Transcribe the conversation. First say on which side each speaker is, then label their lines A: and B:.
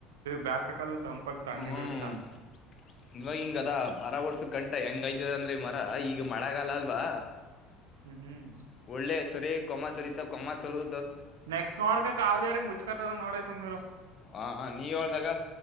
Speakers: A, on the right; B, on the left.
A: ಬೇಸಿಗೆ ಕಾಲ ತಂಪಾಗ ತಣ್ಣಗಿರುತ್ತ
B: ಹ್ಮ್ ಇವಾಗ ಹಿಂಗ ಅದ ಬಾರ ವರ್ಷ ಕಂಟ ಹೆಂಗ ಯತದ ಅಂದ್ರಿ ಮರ ಈಗ ಮಳೆಗಲ್ಲ ಅಲ್ವಾ.
A: ಹ್ಮ್
B: ಒಳ್ಳೆ ಸರಿ ಕೊಮ್ಮ ತರಿತ ಕೊಮ್ಮ ತರು
A: ನೆಕ್ಸ್ಟ್ ನೋಡ್ಕ ಕಾವಲಿಗಾರ ಮುಚ್ಕತದ ನೋಡ ಸುಮ್ರು
B: ಹ ನೀವ ಹೇಳ್ದಾಗ